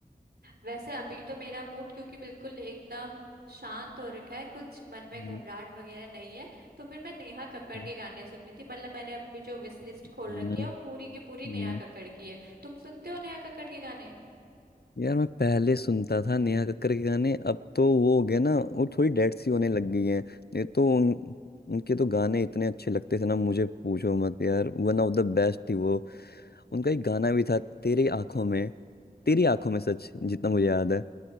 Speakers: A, on the right (about 75°); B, on the left (about 75°).
A: वैसे अभी तो मेरा मूड क्योंकि बिल्कुल एकदम शांत हो रखा है कुछ मन में
B: हम्म,
A: घबराहट वगैरह नहीं है तो फिर मैं नेहा कक्कड़
B: हम्म,
A: के गाने सुन रही थी मतलब मैंने अभी जो विश लिस्ट
B: हम्म
A: खोल रखी है वो पूरी की पूरी
B: हम्म।
A: नेहा कक्कड़ की है तुम सुनते हो नेहा कक्कड़ के गाने
B: यार मैं पहले सुनता था नेहा कक्कर के गाने अब तो वो हो गया ना वो थोड़ी डेड सी होने लग गई हैं नहीं तो उन उनके तो गाने इतने अच्छे लगते थे ना मुझे पूछो मत यार वन ऑफ द बेस्ट थी वो उनका एक गाना भी था तेरी आंखों में तेरी आंखों में सच जितना मुझे याद है